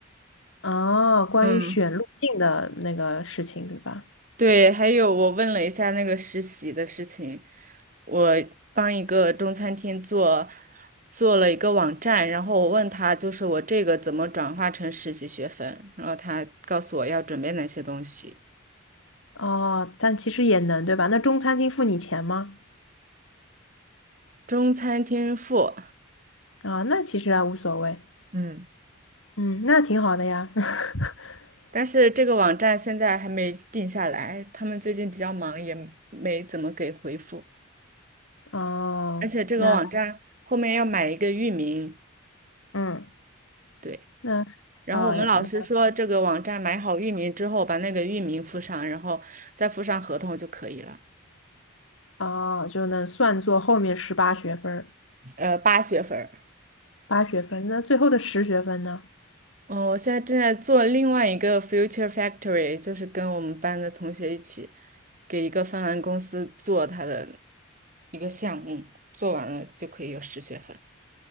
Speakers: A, on the left (about 70°); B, on the right (about 40°).
A: 哦，关于选路径的那个事情，
B: 嗯。
A: 对吧？
B: 对，还有我问了一下那个实习的事情，我帮一个中餐厅做做了一个网站，然后我问他就是我这个怎么转化成实习学分，然后他告诉我要准备哪些东西，
A: 哦，但其实也能，对吧？那中餐厅付你钱吗？
B: 中餐厅付，
A: 啊，那其实还无所谓，
B: 嗯，
A: 嗯，那挺好的呀。<laughs>
B: 但是这个网站现在还没定下来，他们最近比较忙，也没怎么给回复，
A: 哦，
B: 而且这个网站后面要买一个域名。
A: 那嗯，
B: 对。
A: 那啊，
B: 然后我们老师说，
A: 那
B: 这个网站买好域名之后，把那个域名附上，然后再附上合同就可以了。
A: 哦，就能算作后面十八学分儿
B: 呃，八学分儿。
A: 八学分，那最后的十学分呢？
B: 嗯，我现在正在做另外一个 Future Factory，就是跟我们班的同学一起给一个芬兰公司做他的一个项目，做完了就可以有十学分。